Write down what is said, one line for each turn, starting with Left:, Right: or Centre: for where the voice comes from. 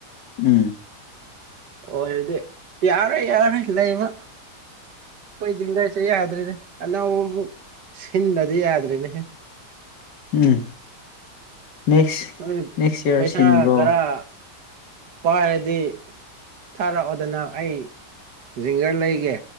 Left: ꯎꯝ
Right: ꯑꯣꯏꯔꯗꯤ ꯌꯥꯔꯣꯏ ꯌꯥꯔꯣꯏ ꯂꯩꯕ ꯈꫭꯏ ꯖꯤꯡꯒꯥꯁꯦ ꯌꯥꯗ꯭ꯔꯦꯗ ꯑꯅꯧꯕ ꯑꯃꯨꯛ ꯁꯤꯟꯗꯗꯤ ꯌꯥꯗ꯭ꯔꯤꯅꯦꯍꯦ
Left: ꯎꯝ ꯅꯦꯛꯁ
Right: <unintelligible>
Left: ꯅꯦꯛꯁ ꯏꯌꯥꯔ
Right: ꯄꯩꯁꯥ
Left: ꯁꯤꯟꯈ꯭ꯔꯣ
Right: ꯒꯥꯔꯥ ꯄꯥꯏꯔꯗꯤ ꯊꯥꯔꯛꯑꯣꯗꯅ ꯑꯩ ꯖꯤꯡꯒ ꯂꯩꯒꯦ